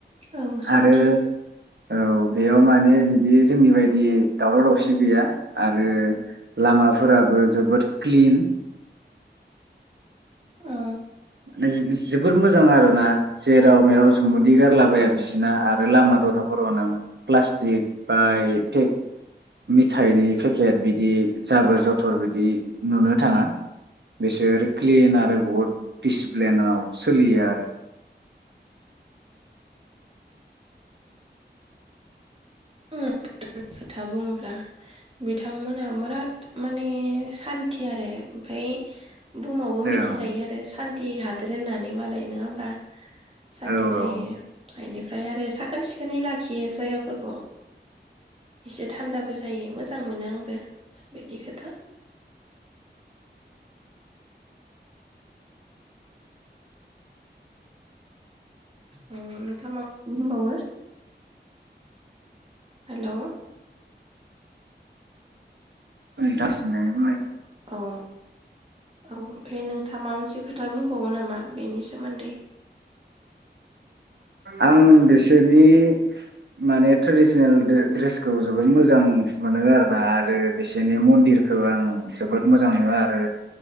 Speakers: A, on the right (about 30°); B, on the right (about 70°).
A: औ सान्थि।
B: आरो औ बेयाव माने बिदि जोंनि बायदि दावराव दावसि गैया। आरो लामाफोराबो जोबोद क्लिन
A: ओ
B: नो <unintelligible> जोबोर मोजां आरो ना। जेराव मेराव जुमुदै गारलाबाया बिसिना आरो लामा दथाफोराव ना प्लास्टिक बायेक खेक मिथाइनि पेकेट बिदि जाबोर जथर बिदि नुनो थाङा बिसोर क्लिन आरो बहुद दिसप्लेनाव सोलियो आरो।
A: आङो <unintelligible> खोथा बुङोब्ला बिथांमोना बोराद माने सान्थि आरो ओमफाय बुहुमावबो
B: औ
A: मिथिजायो आरो सान्थि हाद रोननानै मालाय नोङा होमबा? सान्ति
B: औ औ
A: जायो। गायनाय फ्राय आरो साखोन सिखोनै लाखियो जायगाफोरखौ। एसे थान्दाबो जायो मोजां मोनो आंबो बिदि खोथा। ओ नोंथाङा मा <unintelligible> बुंबावो? हेल'
B: <unintelligible>
A: अ' औ ओमफाय नोंथाङा मा मोनसे खोथ दा बुंबावो नामा बेनि सोमोन्दै?
B: आं बिसोरनि माने ट्रेडिसनेल द्रे-ड्रेसखौ जोबोद मोजां मोनो आरोना। आरो बिसोरनि मन्दिरखौ आं जोबोद मोजां मोनो। आरो